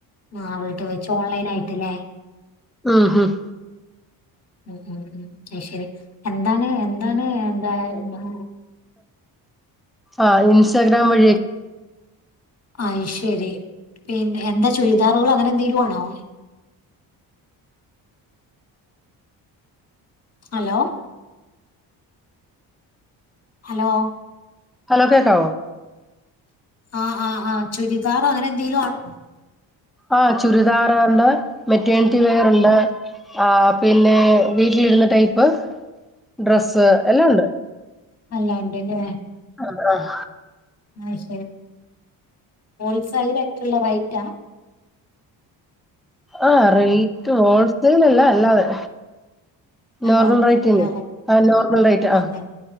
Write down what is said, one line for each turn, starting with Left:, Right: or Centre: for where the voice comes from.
Left: ആ അവളട്ട് വെച്ചു ഓൺലൈൻ ആയിട്ടല്ലേ?
Centre: ആഹ ഹഹ ഉം
Left: ഉ ഉ ഉ അ ശരി എന്താണ് എന്താണ് എന്താന്ത
Centre: ആ ഇൻസ്റ്റഗ്രാം വഴിയ
Left: ആയ് ശരി പിന്നെ എന്താ ചുരിദാറുകൾ അങ്ങനെ എന്തെിലും ആണോ
Centre: <unintelligible>
Left: ഹലോ ഹലോ
Centre: ഹലോക്കെ കോ
Left: ആഹ് ആഹ് ആഹ ചുരിദാറോ അങ്ങനെ എന്തെങ്കലും ആണോോ
Centre: ആഹ ചുരിദാററണ്ട് മെറ്റേണത്തി വേറണ്ട് ആ പിന്നെ വീട്ടിലിടുന്ന ടൈപ്പ് ഡ്രസ്സ് എല്ലാം ഉണ്ട്
Left: അല്ല ഉണ്ടല്ലേ
Centre: ആഹ ആഹ
Left: ആ ശരി ഹോൾസെൽ ആയിട്ടുള്ള റേറ്റാ
Centre: ആഹ റേറ്റ് ഹോൾസെൽല്ല അല്ലാതെ
Left: അല്ലാതെ
Centre: നോർമൽ റേറ്റ്െ
Left: ആ, ഓ,
Centre: ആ നോർമൽ റേറ്റ് ആ
Left: അതെ